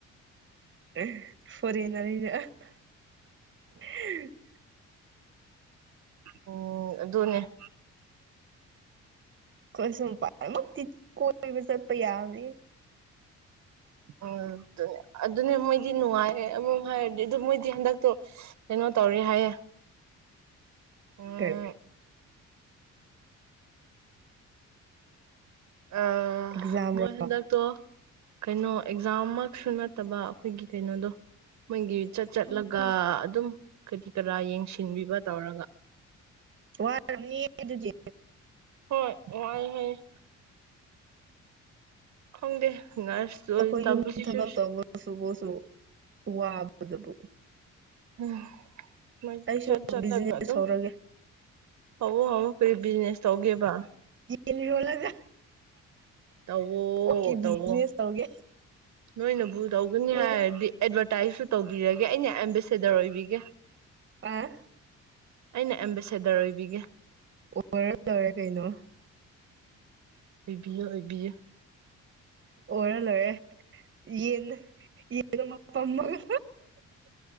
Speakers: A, on the right; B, on the right.
A: <unintelligible>
B: <unintelligible> ꯎꯝ ꯑꯗꯨꯅꯦ꯫
A: ꯈꫭꯏꯁꯨ ꯃꯄꯥꯟ ꯃꯛꯇꯤ ꯀꯣꯏꯕ ꯆꯠꯄ ꯌꯥꯕꯅꯦ꯫
B: ꯑ ꯑꯗꯨ ꯑꯗꯨꯅꯦ ꯃꯣꯏꯗꯤ ꯅꯨꯡꯉꯥꯏꯔꯦ ꯑꯃꯔꫭꯝ ꯍꯥꯏꯔꯗꯤ ꯑꯗꯨ ꯃꯣꯏꯗꯤ ꯍꯟꯗꯛꯇꯣ ꯀꯩꯅꯣ ꯇꯧꯔꯤ ꯍꯥꯏꯌꯦ꯫ ꯎꯝ
A: ꯀꯔꯤ꯫
B: ꯑ
A: ꯑꯦꯛꯖꯥꯝꯔꯣ
B: ꯃꯣꯏ ꯍꯟꯗꯛ ꯇꯣ ꯀꯩꯅꯣ ꯑꯦꯛꯖꯥꯝꯃꯛꯁꯨ ꯅꯠꯇꯕ ꯑꯩꯈꯣꯏꯒꯤ ꯀꯩꯅꯣꯗꯣ꯫ ꯃꯣꯏꯒꯤ ꯆꯠ ꯆꯠꯂꯒ
A: ꯑꯣ
B: ꯑꯗꯨꯝ ꯀꯔꯤ ꯀꯔꯥ ꯌꯦꯡꯁꯤꯟꯕꯤꯕ ꯇꯧꯔꯒ꯫
A: ꯋꯥꯔꯝꯅꯤ ꯑꯗꯨꯗꯤ꯫
B: ꯍꯣꯏ ꯋꯥꯌꯦ ꯍꯥꯏꯌꯦ꯫ ꯈꯪꯗꯦ ꯅꯔꯁ
A: <inaudible>
B: ꯇꯝꯕꯁꯤꯁꯨ ꯎꯝ ꯃꯣꯏ
A: ꯑꯩꯁꯨ
B: ꯆꯠ ꯆꯠꯂꯒ
A: ꯕꯤꯖꯤꯅꯦꯁ
B: ꯑꯗꯨꯝ
A: ꯍꯧꯔꯒꯦ
B: ꯍꯧꯕꯛ ꯍꯕ ꯀꯔꯤ ꯕꯤꯖꯤꯅꯦꯁ ꯇꯧꯒꯦꯕ
A: ꯦꯟꯔꯣꯜꯂꯒ
B: ꯇꯧꯋꯣ
A: ꯑꯣꯀꯦ ꯕꯤꯖꯤꯅꯦꯁ
B: ꯇꯧꯋꯣ
A: ꯇꯧꯒꯦ
B: ꯅꯣꯏꯅꯕꯨ ꯇꯧꯒꯅꯤ
A: ꯎꯝ
B: ꯍꯥꯏꯔꯗꯤ ꯑꯦꯗꯚꯔꯇꯥꯏꯁꯁꯨ ꯇꯧꯕꯤꯔꯒꯦ ꯑꯩꯅ ꯑꯦꯝꯝꯕꯦꯁꯦꯗꯔ ꯑꯣꯏꯕꯤꯒꯦ
A: ꯑ
B: ꯑꯩꯅ ꯑꯦꯝꯝꯕꯦꯁꯦꯗꯔ ꯑꯣꯏꯕꯤꯒꯦ
A: ꯑꯣꯔ ꯂꯧꯧꯔꯦ ꯀꯩꯅꯣ
B: ꯑꯣꯏꯕꯤꯌ ꯑꯣꯏꯏꯕꯤꯌ
A: ꯑꯣꯔ ꯂꯣꯏꯔꯦ ꯌꯦꯟꯅ ꯌꯦꯅ ꯇꯝꯃꯒ